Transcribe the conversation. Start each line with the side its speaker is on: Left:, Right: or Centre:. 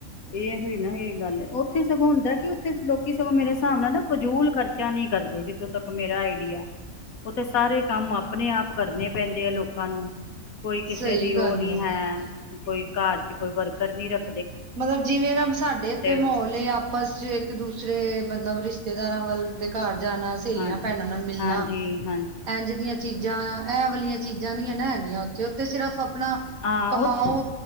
Left: ਇਹ ਹੀ ਨਾ, ਇਹ ਗੱਲ ਉੱਥੇ ਸਗੋਂ ਹੁੰਦਾ ਕਿ ਉੱਥੇ ਲੋਕੀ ਸਗੋਂ ਮੇਰੇ ਹਿਸਾਬ ਨਾਲ ਨਾ ਫਜੂਲ ਖਰਚਾ ਨੀ ਕਰਦੇ। ਜਿਥੋਂ ਤੱਕ ਮੇਰਾ ਆਈਡੀਆ ਉੱਥੇ ਸਾਰੇ ਕੰਮ ਆਪਣੇ ਅਪਨੇ ਆਪ ਕਰਨੇ ਪੈਂਦੇ ਆ ਲੋਕਾਂ ਨੂੰ ਕੋਈ ਕਿਸੇ
Right: ਸਹੀ
Left: ਦੀ
Right: ਗੱਲ
Left: ਉਹ ਨਹੀਂ
Right: ਏ।
Left: ਹੈ ਕੋਈ ਘਰ ਚ ਕੋਈ ਵਰਕਰ ਨਹੀਂ ਰੱਖ
Right: ਮਤਲਬ ਜਿਵੇਂ ਦਾ ਸਾਡੇ ਇੱਥੇ ਮਾਹੌਲ
Left: ਅ
Right: ਹੇ ਆਪਸ ਚ ਇੱਕ ਦੂਸ ਦੂਸਰੇ ਮਤਲਬ ਰਿਸ਼ਤੇਦਾਰਾਂ ਵੱਲ ਦੇ ਘਰ ਜਾਣਾ ਸਹੇਲੀਆਂ,
Left: ਹਾਂ
Right: ਭੈਣਾਂ ਨਾਲ ਮਿਲਣਾ।
Left: ਹਾਂਜੀ ਹਾਂ
Right: ਇੰਝ ਦੀਆਂ ਚੀਜ਼ਾਂ ਇਹ ਵਾਲੀਆਂ ਚੀਜ਼ਾਂ ਨਹੀਂ ਹੈ ਨਾ ਹੈਗੀਆਂ ਉੱਥੇ-ਉੱਥੇ ਸਿਰਫ ਆਪਣਾ
Left: ਹਾਂ
Right: ਕਮਾਓ
Left: ਉੱਥੇ